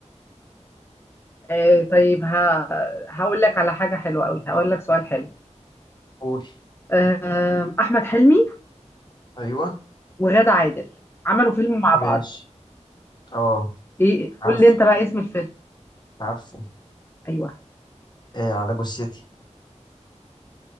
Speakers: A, on the left; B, on the left.
A: آه طيب ها هقول لك على حاجة حلوة قوي هقول لك سؤال حلو
B: قول
A: آه أحمد حلمي
B: أيوه
A: وغادة عادل عملوا فيلم مع
B: ماشي
A: بعض
B: اه
A: ايه
B: عارف
A: قول لي انت بقى اسم الفيلم
B: عارفه
A: ايوه
B: آه على جثتي